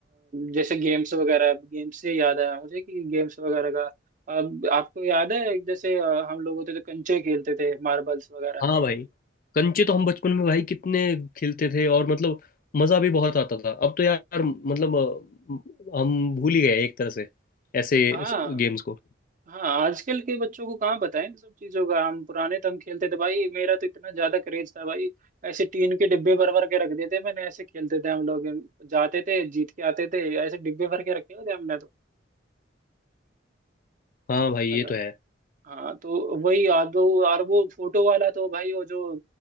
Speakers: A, on the right; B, on the left.
A: जैसे गेम्स वगैरह गेम्स से याद आया मुझे कि गेम्स वगैरह का अब आपको याद है जैसे अ, हम लोग होते थे कंचे खेलते थे मार्बल्स वगैरह
B: हाँ भाई कंचे तो हम बचपन में भाई कितने खेलते थे और मतलब मजा भी बहुत आता था अब तो यार मतलब अ, हम भूल ही गए एक तरह से ऐसे
A: हाँ
B: गेम्स को
A: हाँ आजकल के बच्चों को कहाँ पता है इन सब चीजों का हम पुराने तो हम खेलते थे भाई मेरा तो इतना ज्यादा क्रेज था भाई ऐसे टीन के डिब्बे भर भर के रख देते मैंने ऐसे खेलते थे हम लोग जाते थे जीत के आते थे ऐसे डिब्बे भर के रखे होते हमने तो
B: हाँ भाई ये
A: हेलो
B: तो है
A: हाँ तो वही आप दो और वो फोटो वाला तो भाई वो जो